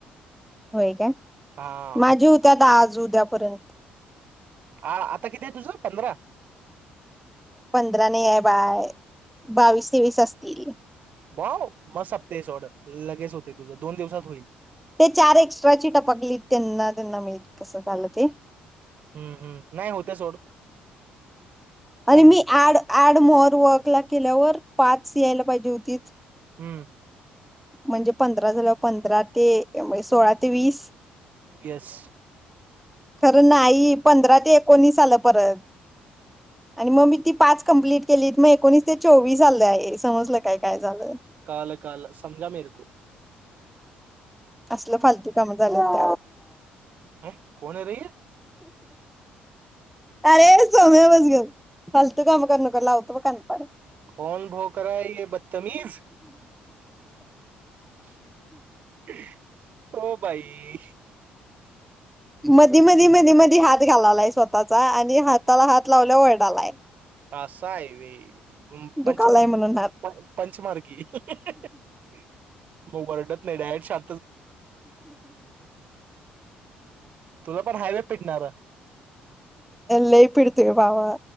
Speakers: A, in the centre; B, on the right.
A: होय काय
B: हा
A: माझी होत्या आता आज उद्या पर्यंत
B: आ आता किती आहे तुझ पंधरा?
A: पंधरा नाय हाय बाळ बावीस तेवीस असल <unintelligible>
B: वा मग सपतेस सोड लगेच होते तुझं दोन दिवसात होईल
A: ते चार एक्स्ट्राची टपकली त्यांना ना मी कसं झालं ते
B: हम्म हम्म नाही होतय सोड. काय
A: आणि
B: नाही.
A: मी ऍड ऍड मो वर्क ला केल्यावर पाच यायला पाहिजे होतीत
B: हम्म
A: म्हणजे पंधरा झाल्यावर पंधरा ते, सोळा ते वीस.
B: येस.
A: खरं नाही. पंधरा ते एकोणीस आल्यात परत, मग मी ती पाच कंप्लीट केलीत, मग एकोणीस ते चोवीस आलय, समजलं काय काय झालंय
B: कळालं कळालं समजा मेरे को
A: असलं फालतू काम झाल्यात
B: काय! कोण हाय रे हे?
A: अरे सोम्या बस गप, फालतू काम करू नको लावतो ब कान पाड.
B: कोण भोकरय ये ब तमिज <inaudible> ओ भाई.
A: मदी, मधी, मधी, मधी हात घालालाय स्वतःचा आणि हाताला हात लावल्यावर वरडालाय.
B: अस हाय व्हय. ह पंचमार
A: दुखालाय म्हणून
B: की
A: हात
B: पंचमार की <inaudible> म वरडत नाही डायरेक्ट सां
A: <inaudible>
B: तुला पण हायवे पिटणार
A: लई पीडतय बाबा